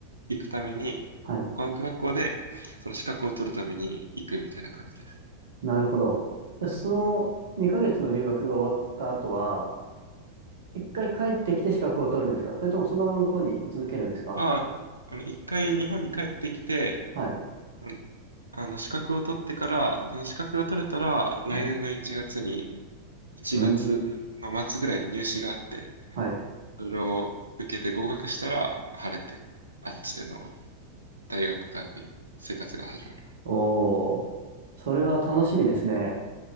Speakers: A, on the right; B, on the right.
A: 行くために、
B: はい。
A: 語学学校でその資格を取るために行くみたいな感じです。
B: なるほど。でその2ヶ月の留学が終わった後は、一回帰ってきて資格を取るんですかそれともそのまま向こうに居続けるんですか
A: あ、あの、一回日本に帰ってきて、
B: はい。
A: うんあの、資格を取ってから、その資格が取れたら、来年の1月に、
B: はい。
A: 1月の末ぐらいに入試があって、
B: うーん。はい。
A: それを受けて合格したら、晴れて、あっちでの大学が、生活が始まります。
B: おー。それは楽しみですね。